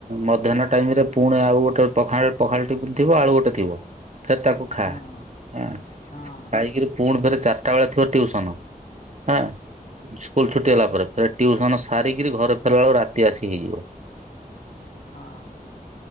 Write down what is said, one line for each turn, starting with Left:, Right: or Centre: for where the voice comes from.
Right: ମଧ୍ୟାହ୍ନ ଟାଇମ ରେ ପୁଣି ଆଉ ଗୋଟେ ପଖାଳ ପଖାଳଟି ଥିବ ଆଳୁ ଗୋଟେ ଥିବ। ଫେର ତାକୁ ଖା
Left: ହଁ ହଁ।
Right: ଖାଇକିରି
Left: ହଁ
Right: ପୁଣି ଫେରେ ଚାରିଟା ବେଳେ ଥିବ ଟିଉସନ। ହଁ ସ୍କୁଲ ଛୁଟି ହେଲା ପରେ ଫେର ଟିଉସନ ସାରିକିରି ଘରେ ଫେରିବା ବେଳକୁ ରାତି ଆସିକି ତି ହେଇଯିବ। <unintelligible>
Left: ହଁ <unintelligible>